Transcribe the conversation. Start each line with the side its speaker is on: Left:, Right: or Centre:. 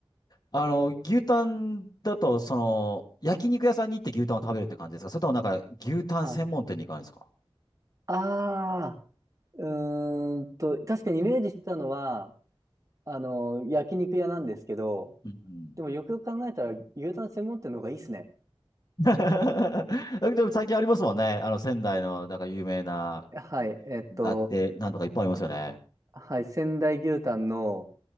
Left: あの、牛タンだと、その、焼肉屋さんに行って牛タンを食べるって感じですかそれともなんか、牛タン専門店に行かないですか
Right: あ、あー、うーんと、確かにイメージしてたのは、あの、焼肉屋なんですけど、
Left: うん
Right: でもよくよく考えたら牛タン専門店の方がいいっすね。
Left: <laughs> でも最近ありますもんね。あの、仙台の、なんか有名な、
Right: はい、えっと、
Left: だって、なんとかいっぱいありますよね。
Right: はい、仙台牛タンの、